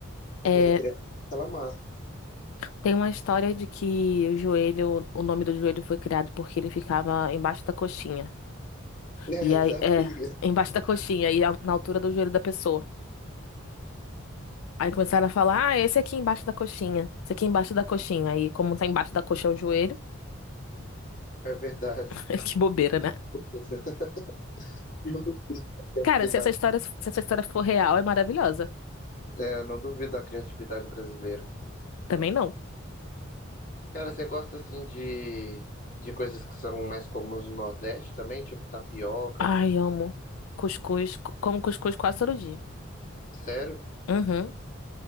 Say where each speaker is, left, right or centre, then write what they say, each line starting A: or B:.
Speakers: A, on the left; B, on the left.
A: É,
B: mas eu queria aquela massa. <laughs>
A: tem uma história de que o joelho... O nome do joelho foi criado porque ele ficava embaixo da coxinha.
B: É,
A: E aí...
B: já
A: É.
B: vi
A: <laughs> Embaixo da coxinha. E a- na altura do joelho da pessoa. Aí começaram a falar, ah, esse aqui embaixo da coxinha, esse aqui embaixo da coxinha. Aí, como tá embaixo da coxa é o joelho,
B: É verdade.
A: <laughs> Que bobeira, né?
B: <laughs> Não duvido da criatividade,
A: Cara, se essa história, se essa história for real, é maravilhosa.
B: é, não duvido da criatividade brasileira.
A: Também não.
B: Cara, você gosta assim de, de coisas que são mais comuns no Nordeste também? Tipo tapioca,
A: Ai,
B: cuscuz?
A: amo. Cuscuz, co- como cuscuz quase todo dia.
B: Sério?
A: Uhum.